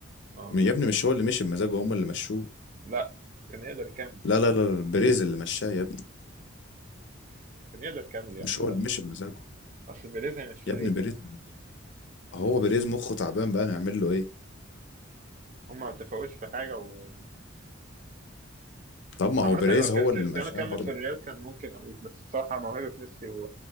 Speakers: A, on the right; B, on the left.
A: اه
B: يا ابني مش هو اللي مشي بمزاجه هم اللي مشوه
A: لا كان يقدر يكمل
B: لا لا لا بيريز اللي مشاه يا ابني
A: كان يقدر يكمل يعني
B: مش هو
A: لا
B: اللي مشي بمزاجه
A: اصل بيريز هيمشي
B: يا
A: ليه؟
B: ابني بيريز اللي مشاه. هو بيريز مخه تعبان بقى نعمل له ايه
A: هما ما اتفقوش في حاجه و <laughs>
B: طب ما هو
A: عامة
B: بيريز
A: لو
B: هو
A: كان
B: اللي
A: كريستيانو
B: مشاه
A: كمل
B: برضو
A: في الريال كان ممكن أقول بس بصراحة موهبة ميسي